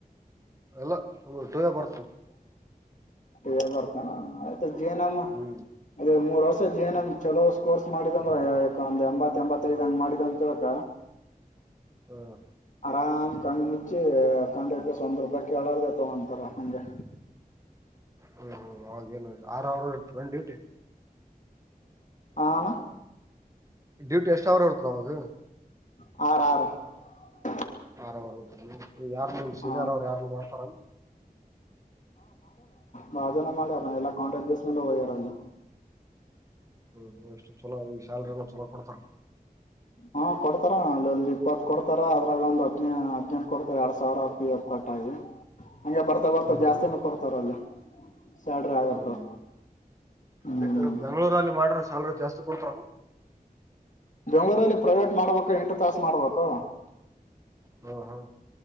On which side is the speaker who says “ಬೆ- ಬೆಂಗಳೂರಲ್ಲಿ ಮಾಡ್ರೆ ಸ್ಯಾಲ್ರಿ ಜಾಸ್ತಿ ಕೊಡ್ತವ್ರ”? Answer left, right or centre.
Right